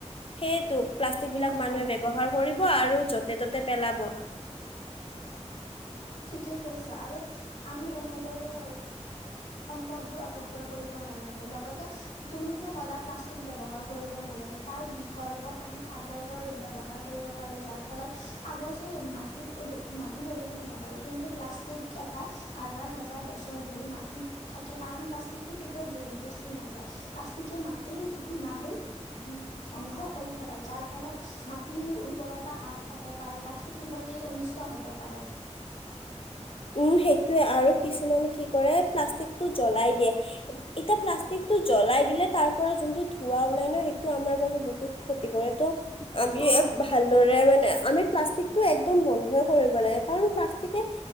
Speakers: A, on the left (about 50°); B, on the left (about 90°).
A: সেইটো প্লাষ্টিক
B: উম
A: বিলাক মানুহে
B: হয়
A: ব্যৱহাৰ কৰিব। খোৱা আৰু য'তে ত'তে পেলাব।
B: ঠিকেই কৈছা আৰু আমি এনেদৰে সম্পদবোৰ অপব্যয় কৰিব নালাগে লগ তে তুমি যে ক'লা' প্লাষ্টিক ব্যৱহাৰ কৰিব নেলাগে, তাৰ বিকল্পত আমি কাগজৰ ব্যৱহাৰ কৰিব পাৰো যাৰ ফলত কাগজে মাটি প্ৰদু মাটি প্ৰদূষিত নকৰে। কিন্তু প্লাষ্টিক এটাই হাজাৰ হাজাৰ বছৰ ধৰি মাটিত থাকে, কাৰণ প্লাষ্টিকটো কেতিয়াও গে- গেলি -পচি নাযায় প্লাষ্টিকে মাটিৰ গুণাগুণ ধ্বংস কৰি পেলাই, যাৰ ফলত- মাটিৰ উৰ্বৰতা হ্ৰাস পাব পাৰে বা খেতি বাতি অনিষ্ট হ'ব পাৰে।
A: উম সেইটোৱে আৰু কিছুমানে কি কৰে প্লাষ্টিকটো জ্বলাই দিয়ে এতিয়া প্লাষ্টিক টো জ্বলাই দিলে তাৰ পৰা যোনটো ধোৱা ওলাই ন সেইটো আমাৰ বাবে বহুত ক্ষতি কৰে ত'- আমি
B: অ
A: ভালদৰে মানে আমি প্লাষ্টিক টো একদম বন্ধই কৰিব লাগে, কাৰণ প্লাষ্টিকে